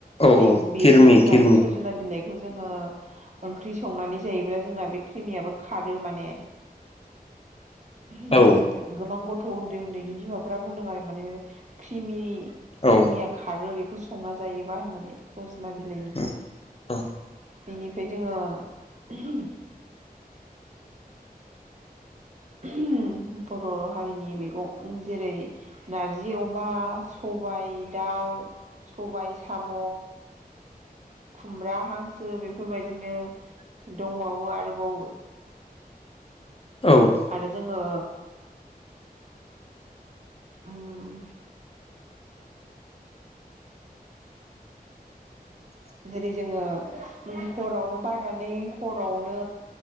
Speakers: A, on the left (about 40°); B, on the right (about 50°).
A: औ
B: बे
A: औ
B: बेबो
A: किरमि
B: जोंना
A: किरमि
B: बे सजना बिलाइखौ जोङो ओंख्रि संनानै जायोब्ला जोंना बे क्रिमियाबो खारो माने।
A: <inaudible>
B: ओहोम
A: औ
B: गोबां गथ' उन्दै उन्दैनि बिमाफोरा बुंदों आरो माने क्रिमि
A: औ उम
B: क्रिमिया खारो बेखौ संना जायोबा होननानै। सजना बिलाइनिखौ
A: उम औ
B: <inaudible> बेनिफ्राय जोङो ओहोम। <inaudible> ओहोम बर' हारिनि मैगं जेरै नारजि अमा स सबाइ दाउ, सबाय साम' खुमब्रा हांसो बेफोरबायदिनो दंबावो आरोबाव
A: <inaudible> औ।
B: आरो जोङो <inaudible> ओं।
A: <inaudible>
B: जेरै जोङो हरावनो बारनानै हरावनो